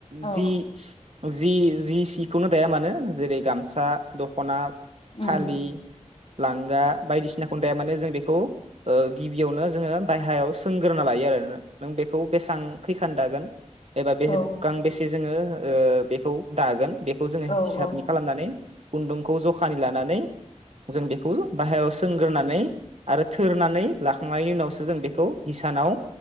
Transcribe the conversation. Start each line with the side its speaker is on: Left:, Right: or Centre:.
Left: औ
Right: जि जि जि सिखौनो दाया मानो जेरै गामसा सा दख'ना
Left: उम
Right: फालि लांगा बायदिसिनाखौनो दाया माने जों बेखौ ओ गिबियावनो जोङो बायहायाव सोंग्रोना लायो आरो नों बेखौ बेसेबां खैखान दागोन एबा बेसे
Left: औ
Right: गांबेसे जोङो ओ बेखौ दागोन बेखौ जोङो
Left: औ
Right: हिसाबनि
Left: औ
Right: खालामनानै खुन्दुंखौ जखानि लानानै नै जों बेखौ बाहेरायाव सोंग्रोनानै आरो थोरनानै लाखांनायनि उनावसो जों बेखौ हिसानाव